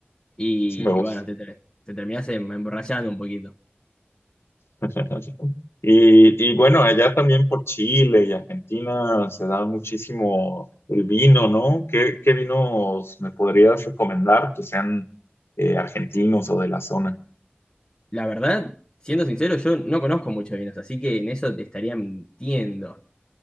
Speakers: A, on the left (about 20°); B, on the left (about 85°).
A: y,
B: eso me gusta.
A: y bueno, te, ter- te terminás em- emborrachando un poquito.
B: <laughs> Y, y bueno, allá también por Chile y Argentina se da muchísimo el vino, ¿no? ¿Qué, qué vinos me podrías recomendar que sean eh, argentinos o de la zona?
A: La verdad, siendo sincero, yo no conozco mucho de vinos, así que en eso te estaría mintiendo.